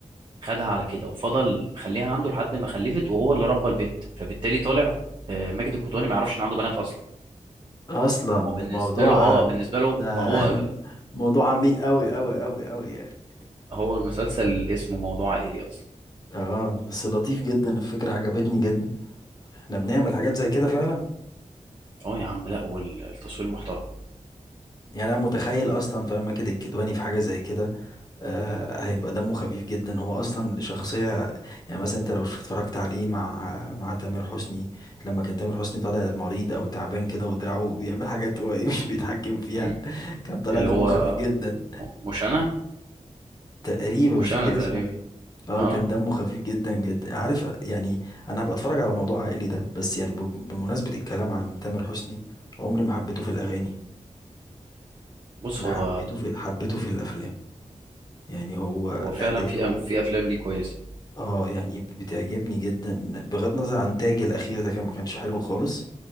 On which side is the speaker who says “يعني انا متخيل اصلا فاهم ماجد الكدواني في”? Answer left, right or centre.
Left